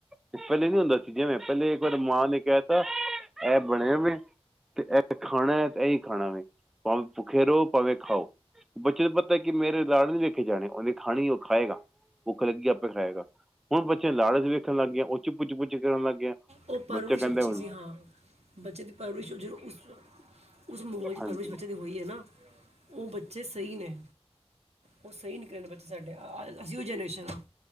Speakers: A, in the centre; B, on the right (about 80°).
A: ਤੇ ਪਹਿਲੇ ਨੀ ਹੁੰਦਾ ਸੀ ਜਿਵੇਂ ਪਹਿਲੇ ਇੱਕ ਵਾਰ ਮਾਂ ਨੇ ਕਹਿ ਤਾ ਐਹ ਬਣਿਆ ਮੈਂ। ਤੇ ਐਹ ਖਾਣੈ ਤੇ ਇਹੀ ਖਾਣਾ ਵੇ ਭਾਵੇਂ ਭੁੱਖੇ ਰਹੋ ਭਾਵੇਂ ਖਾਓ। ਬੱਚੇ ਨੂੰ ਪਤਾ ਕਿ ਮੇਰੇ ਲਾੜ ਨੀਂ ਵੇਖੇ ਜਾਣੇ ਉਹਨੇ ਖਾਣੀ ਉਹ ਖਾਏਗਾ। ਭੁੱਖ ਲੱਗੀ ਆਪੇ ਖਾਏਗਾ ਹੁਣ ਬੱਚੇ ਲਾੜ ਵਿੱਚ। ਦੇਖਣ ਲੱਗ ਗਈਆਂ ਉੰਝ ਪੁੱਚ ਪੁੱਚ ਕਰਨ ਲੱਗ ਗਈ ਆ
B: ਉਹ ਪਰਵਰਿਸ਼
A: ਬੱਚੇ ਕਹਿੰਦੇ
B: ਅੱਛੀ
A: ਉਹ।
B: ਸੀ ਹਾਂ ਬੱਚੇ ਦੀ ਪਰਵਰਿਸ਼ ਉਜ ਉਸ ਉਸ ਮਹੋਲ ਚ ਪਰਵਰਿਸ਼
A: ਹਾਂਜੀ
B: ਬੱਚੇ ਦੀ। ਹੋਈ ਐ ਨਾਂ ਉਹ ਬੱਚੇ ਸਹੀ ਨੇਂ। ਉਹ ਸਹੀ ਨਿਕਲੇ ਨੇ ਬੱਚੇ ਸਾਡੇ ਅਸੀਂ ਉਹ ਜਨਰੇਸ਼ਨ ਆਂ